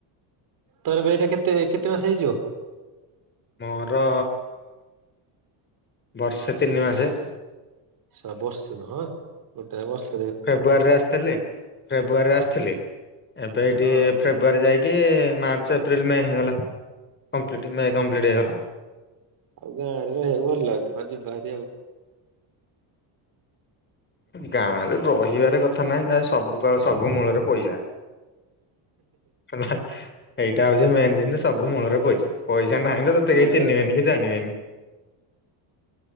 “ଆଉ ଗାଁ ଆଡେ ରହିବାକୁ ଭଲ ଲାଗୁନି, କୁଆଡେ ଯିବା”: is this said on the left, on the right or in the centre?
Right